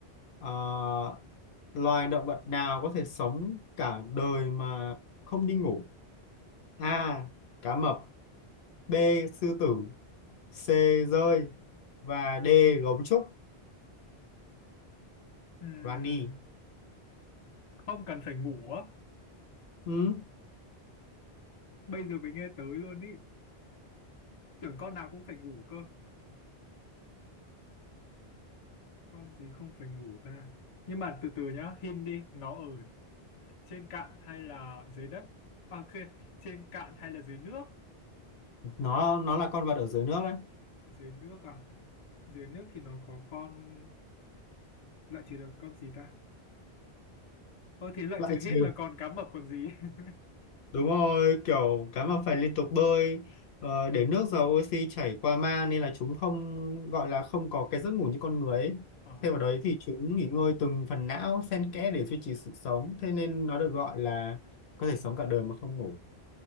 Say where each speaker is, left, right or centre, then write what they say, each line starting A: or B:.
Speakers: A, on the left; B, on the left.
A: Ờ, loài động vật nào có thể sống cả đời mà không đi ngủ a cá mập b sư tử c rơi và d gấu trúc
B: Ừm,
A: đoán đi
B: không cần phải ngủ á.
A: ừ,
B: Bây giờ mới nghe tới luôn ý. Tưởng con nào cũng phải ngủ cơ. Con gì không phải ngủ ta? Nhưng mà từ từ nhá, hin đi, nó ở trên cạn hay là dưới đất? À, trên, trên cạn hay là dưới nước?
A: nó nó là con vật ở dưới nước đấy
B: Dưới nước à? Dưới nước thì nó có con... Loại trừ được con gì ta? Ờ thì loại
A: loại
B: trừ
A: trừ
B: hết là còn cá mập còn gì? <laughs>
A: Đúng rồi, kiểu cá mập phải liên tục bơi ờ, để nước giàu oxy chảy qua mang nên là chúng không gọi là không có cái giấc ngủ như con người ấy.
B: Ờ,
A: Thêm vào đấy thì chúng nghỉ ngơi từng phần não xen kẽ để duy trì sự sống, thế nên nó được gọi là có thể sống cả đời mà không ngủ.